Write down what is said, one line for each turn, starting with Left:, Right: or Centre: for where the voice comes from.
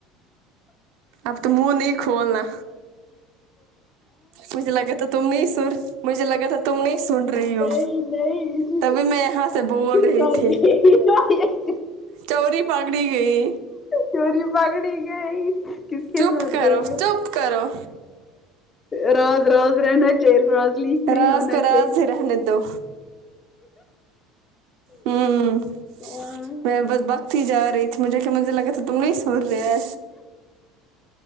Right: اب تو منہ نہیں کھولنا مجھے لگا تھا تم نہیں سر مجھے لگا تھا تم نہیں سن رہی ہو
Left: نہیں نہیں
Right: تبھی میں یہاں سے بول رہی
Left: <unintelligible>
Right: تھی چوری پکڑی گئی
Left: چوری پکڑی گئی کس کے
Right: چپ
Left: ساتھ
Right: کرو
Left: گئی ہے
Right: چپ کرو
Left: راز راز رہنا چاہیے راز لیک نہیں
Right: راز
Left: ہونا
Right: کو راز
Left: چاہیے
Right: ہی رہنے دو ہوں
Left: ہاں
Right: میں بس بکتی جا رہی تھی مجھے کہ مجھے لگا تھا تم نہیں سن رہے